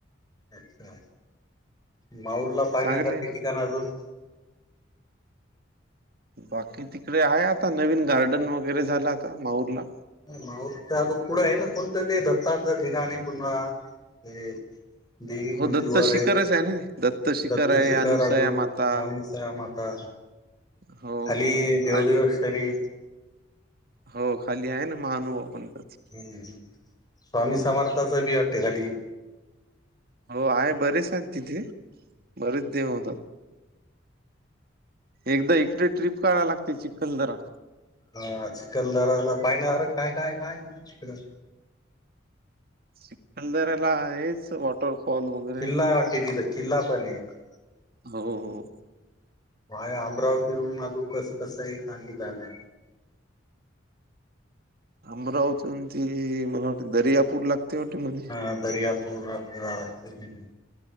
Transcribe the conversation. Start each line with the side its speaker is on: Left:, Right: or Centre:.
Left: अच्छा माऊरला पाहण्यासारखे
Right: चांगले
Left: ठिकाण अजून
Right: बाकी तिकडे आहे आता नवीन गार्डन वगैरे झालं आता माऊरला.
Left: माऊर त्या गं पुढं आहे ना कोणतं ते दत्ता गं ठिकाणी पुन्हा हे देवी कुंती
Right: हो दत्त
Left: वर
Right: शिखरच
Left: आहे,
Right: ना शिखर
Left: दत्त
Right: आहे
Left: शिखरा.
Right: अनुसया माता
Left: <unintelligible> त्या माता
Right: हो,
Left: खाली
Right: हो.
Left: देवदेवशरी-
Right: आहेत. हो खाली आहे ना महानुभव पंताच.
Left: हम्म स्वामी समर्थाचा बी वाटते खाली
Right: हो आहे बरेच आहेत तिथे बरेच देव होतात. एकदा इकडे ट्रीप कराय लागते चिखलदरा.
Left: हा चिखलदाराला पाहिणाऱ्या काय काय काय चिकडं
Right: चिखलदाराला आहेस वाट वटरफॉल वग
Left: किल्ला वाटी तिथं किल्ला पण एक
Right: हो हो.
Left: वाया अमरावतीवरून मागं कसं कसं आहे <unintelligible> जाणार.
Right: अमरावती वरून ती मला वाटते दरियापूर लागतेे वाटते मना
Left: हा दर्यापूराला वाटतं की नाही